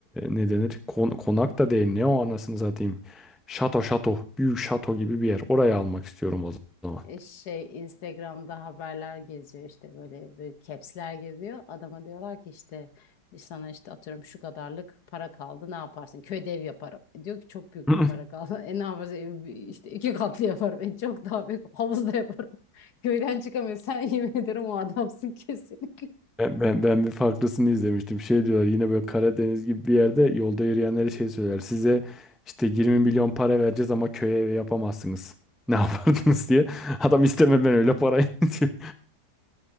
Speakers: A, in the centre; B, on the left.
A: ne denir? Kon- konak da değil. Ne o anasını satayım? Şato şato. Büyük şato gibi bir yer. Oraya almak istiyorum o zaman.
B: e, şey Instagram'da haberler geziyor işte böyle bir caps'ler geziyor. Adama diyorlar ki işte sana işte atıyorum şu kadarlık para kaldı ne yaparsın? Köyde ev yaparım. E, Diyor ki çok büyük
A: <clears throat>
B: bir para kaldı.
A: <laughs>
B: <laughs> E ne yaparsın? E, işte iki katlı yaparım. E çok daha büyük havuzda yaparım. <laughs> Köyden çıkamıyor. Sen <laughs> yemin ederim o adamsın kesin. <laughs>
A: Ben, ben, ben bir farklısını izlemiştim. Şey diyorlar yine böyle Karadeniz gibi bir yerde yolda yürüyenlere şey söyler. Size işte 20 milyon para vereceğiz ama köye evi yapamazsınız. <laughs> Ne yapardınız diye. Adam isteme ben öyle parayı <laughs> diyor.